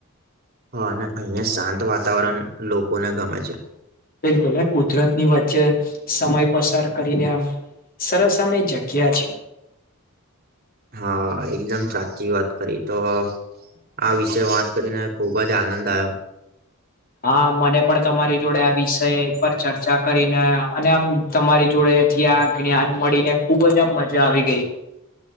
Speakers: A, on the right; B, on the left.
A: હા અને અહિયાં શાંત વાતાવરણ લોકોને ગમે છે
B: બિલકુલ કુદરત ની વચ્ચે સમય પસાર કરીને આમ સરસ અમે જગ્યા છે
A: હા એકદમ સાચી વાત કરી તો આ વિષ વાત કરીને ખુબ જ આનંદ આવ્યો
B: હા મને પણ તમારી જોડે આ વિષય પર ચર્ચા કરીને અને આમ તમારી જોડે થી આ જ્ઞાન મળીને ખુબ જ આમ મજા આવી ગઈ